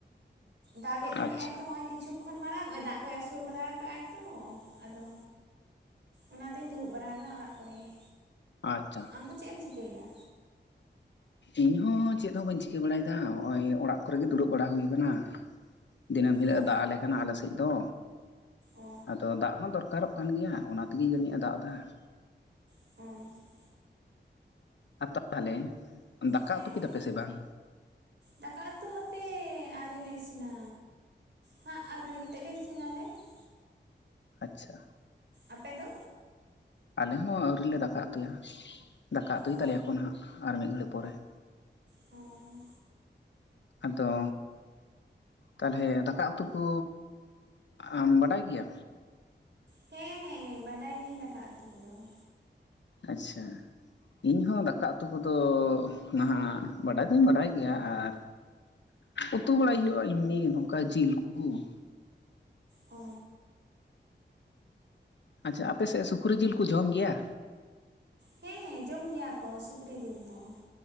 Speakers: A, on the right; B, on the left.
A: ᱫᱟᱜ ᱮᱫ ᱛᱟᱦᱮᱸᱜ
B: ᱟᱪᱪᱷᱟ
A: ᱟᱭ ᱛᱚ ᱦᱚᱜᱼᱚᱭ ᱠᱤᱪᱷᱩ ᱠᱷᱚᱱ ᱢᱟᱨᱟᱝ ᱱᱚᱜᱼᱚᱭ ᱫᱟᱜ ᱠᱚᱭ ᱟᱹᱥᱩᱲ ᱵᱟᱲᱟ ᱟᱠᱟᱜᱼᱟᱭ ᱛᱚ, ᱟᱫᱚ ᱚᱱᱟᱛᱮᱧ ᱫᱩᱲᱩᱵ ᱵᱟᱲᱟ ᱟᱠᱟᱱᱟ ᱚᱲᱟᱜ ᱠᱚᱨᱮ ᱾
B: ᱟᱪᱪᱷᱟ᱾
A: ᱟᱢᱫᱚ ᱪᱮᱫ ᱮᱢ ᱪᱤᱠᱟᱹᱭᱮᱫᱟ?
B: ᱤᱧᱦᱚᱸ ᱪᱮᱫ ᱦᱚᱸ ᱵᱟᱹᱧ ᱪᱤᱠᱟᱹ ᱵᱟᱲᱟᱭᱮᱫᱟ, ᱱᱚᱜᱼᱚᱭ ᱚᱲᱟᱜ ᱠᱚᱨᱮ ᱜᱮ ᱫᱩᱲᱩᱵ ᱵᱟᱲᱟ ᱦᱩᱭ ᱠᱟᱱᱟ ᱾ ᱫᱤᱱᱟᱹᱢ ᱦᱤᱞᱳᱜ
A: ᱚ
B: ᱫᱟᱜ ᱟᱞᱮ ᱠᱟᱱᱟ ᱟᱞᱮᱥᱮᱡ ᱫᱚ,
A: ᱚ
B: ᱟᱫᱚ ᱫᱟᱜ ᱦᱚᱸ ᱫᱚᱨᱠᱟᱨᱚᱜ ᱠᱟᱱ ᱜᱮᱭᱟ, ᱚᱱᱟ ᱛᱮᱜᱮ ᱡᱟᱹᱱᱤᱡ ᱮ ᱫᱟᱜ ᱮᱫᱟ ᱾
A: <unintelligible>
B: <unintelligible> ᱛᱟᱦᱚᱞᱮ ᱫᱟᱠᱟ
A: ᱦᱮᱸ
B: ᱩᱛᱩ ᱠᱮᱫᱟ ᱯᱮ ᱥᱮ ᱵᱟᱝ
A: ᱫᱟᱠᱟ ᱩᱛᱩ ᱦᱟᱯᱮ ᱟᱹᱶᱨᱤ ᱞᱮ ᱤᱥᱤᱱᱟ᱾ ᱦᱟᱸᱜ ᱟᱨ ᱠᱟᱴᱤᱡ ᱠᱟᱛᱮᱮᱫ ᱞᱮ ᱤᱥᱤᱱ ᱟᱞᱮ ᱾
B: ᱟᱪᱪᱷᱟ᱾
A: ᱟᱯᱮ ᱫᱚ?
B: ᱟᱞᱮ ᱦᱚᱸ ᱟᱹᱣᱨᱤᱞᱮ ᱫᱟᱠᱟ ᱩᱛᱩᱭᱟ, ᱫᱟᱠᱟ ᱩᱛᱩᱭ
A: ᱚ
B: ᱛᱟᱞᱮᱭᱟᱠᱚ ᱱᱟᱦᱟᱜ ᱟᱨ ᱢᱤᱫ ᱜᱷᱟᱹᱲᱤᱡ ᱯᱚᱨᱮ ᱾
A: ᱦᱮᱸ
B: ᱟᱫᱚ ᱛᱟᱦᱚᱞᱮ ᱫᱟᱠᱟ ᱩᱛᱩ ᱠᱚ ᱟᱢ ᱵᱟᱰᱟᱭ ᱜᱮᱭᱟ?
A: ᱦᱮᱸᱻ ᱵᱟᱰᱟᱭ ᱜᱤᱭᱟᱹᱧ ᱫᱟᱠᱟ ᱩᱛᱩ ᱠᱚᱫᱚ ᱾
B: ᱟᱪᱪᱷᱟ, ᱤᱧᱦᱚᱸ ᱫᱟᱠᱟ ᱩᱛᱩ ᱠᱚᱫᱚ ᱱᱟᱦᱟᱜ ᱵᱟᱰᱟᱭ ᱫᱚᱧ ᱵᱟᱰᱟᱭ ᱜᱮᱭᱟ, ᱟᱨ ᱩᱛᱩ ᱵᱟᱲᱟᱭ ᱦᱩᱭᱩᱜᱼᱟ ᱮᱢᱱᱤ ᱱᱚᱝᱠᱟ ᱡᱤᱞ ᱠᱩ ᱾
A: ᱚᱻ
B: ᱟᱪᱪᱷᱟ, ᱟᱯᱮ ᱥᱮᱫ ᱥᱩᱠᱨᱤ ᱡᱤᱞ ᱠᱚ ᱡᱚᱢ ᱜᱮᱭᱟ?
A: ᱦᱮᱸ ᱡᱚᱢ ᱜᱮᱭᱟ ᱠᱚ ᱥᱩᱠᱨᱤ ᱡᱤᱞ ᱫᱚ,